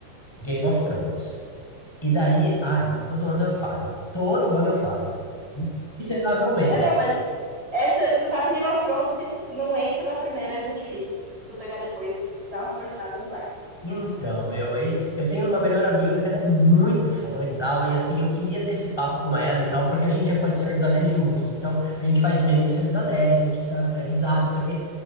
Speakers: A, in the centre; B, on the right.
A: Game of Thrones. E daí, ai, todo ano eu falho. Todo ano eu falho. Miseravelmente.
B: É, não, mas essa, no caso Game of Thrones, se não entra na primeira, é muito difícil. Tipo, tu pegar depois, dá uma forçada, não vai.
A: Então, meu, e- eu tenho uma melhor amiga que ela é muito fã e tal, e assim, eu queria ter esse papo com ela e tal, porque a gente é fã de Senhor dos Anéis juntos, então a gente faz meme de Senhor dos Anéis, a gente dá né, risada, não sei o quê,